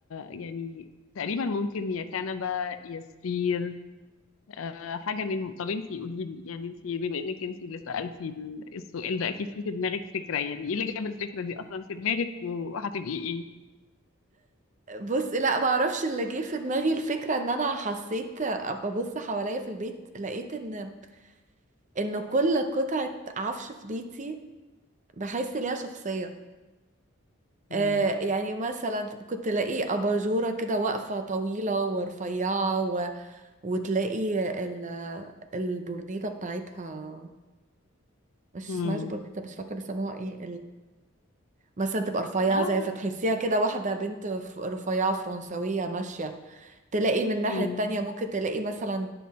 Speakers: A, on the left; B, on the right.
A: يعني تقريبا ممكن يا كنبه يا سرير أه حاجه منهم طب انتي قولي لي يعني انتي بما انك انتي اللي سالتي ال- السؤال ده اكيد في في دماغك فكره يعني ايه اللي جاب الفكره دي اصلا في دماغك وهتبقي ايه
B: بص لا معرفش اللي جه في دماغي الفكرة ان انا حسيت آه، ببص حواليا في البيت لقيت ان ان كل قطعة عفش في بيتي بحس ليها شخصية آه
A: امم
B: يعني مثلا كنت تلاقي أباجورة كده واقفة طويلة ورفيعة و... وتلاقي ال... البورنيطة بتاعتها مش
A: امم
B: اسمهاش بورنيطة مش فاكرة بيسموها ايه مثلا تبقى رفيعة
A: اه
B: زي فتحسيها كده واحدة بنت ف- رفيعة فرنسوية ماشية تلاقي من الناحية
A: مم.
B: التانية ممكن تلاقي مثلا